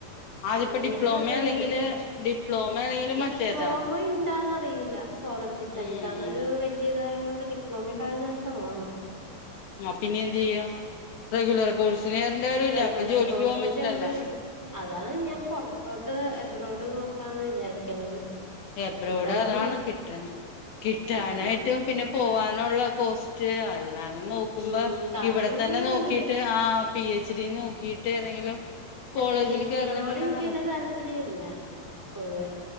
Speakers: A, on the left; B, in the centre.
A: ആദ്യപ്പോ
B: അങ്ങനെ
A: ഡിപ്ലോമ
B: ഒര്ത്.
A: അല്ലെങ്കില് ഡിപ്ലോമ അല്ലെങ്കില്
B: ഡിപ്ലോമ
A: മറ്റേതാ
B: ഇണ്ടാന്ന് അറിയില്ല ഫോറെൻസിക് സയൻസാന്നൊരു
A: ഉം
B: വലിയതായോണ്ട് ഡിപ്ലോമ ഇണ്ടാവാൻ ചാൻസ് കൊറവാണ്
A: അപ്പ ഇനി എന്തേയ്യും റെഗുലർ കോഴ്സിന് ചേർ എല്ല
B: റെഗുലർ
A: അപ്പൊ ജോലിക്ക്
B: കോഴ്സിന്
A: പോവാൻ പറ്റുന്നല്ലോ
B: ചേരേണ്ടി വരും അതാണ് ഞാൻ പുറത്തോട്ട് എബ്രോഡ് നോക്കാന്ന് വിചാരിക്കണത്
A: എബ്രോടെ
B: ഇവിടെ നിന്ന്
A: അതാണ് കിട്ടൻ കിട്ടാനായിട്ടും
B: കിട്ടണം
A: പിന്നെ പോവാൻ ള്ള കോസ്റ്റ് അല്ലതേ നോക്കുമ്പോ
B: ഉം കാശ്
A: ഇവിടെ
B: കൂടുതലാണ്
A: തന്നെ നോക്കിട്ട്
B: ഇതിന്
A: ആ പി എച്ച് ഇതീ നോക്കിയിട്ട് ഏതെങ്കിലും
B: ഇല്ല
A: കോളേജിൽ
B: പി എച്ച്
A: കേറണതല്ലേ
B: ഡീനോട് എനിക്ക്
A: നല്ലത്
B: വല്ല താല്പര്യ ഇല്ല പോതുവ